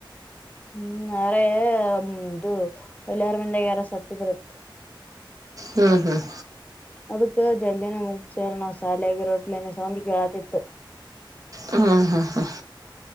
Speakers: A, on the left; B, on the right.
A: ಹ್ಮ್ ನಾಳೆ ಇದು ಅಳಿಯಾನ್ ಮನೇಲಿ ಯಾರ ಸತ್ತಿದ್ರಂತೆ
B: ಹ್ಮ್ಮ್ ಹ್ಮ್ಮ್
A: ಅದಕ್ ಜಲ್ಡಿನೇ ಮುಗಸಾರ ನಾವ್ ಸಾಲಾಗಿ ರೋಟ್ಲ ಸೌಂಡ್ ಕೇಳತಿತ್ತು
B: ಹ್ಮ್ ಹ್ಮ್ಮ್ ಹ್ಮ್ಮ್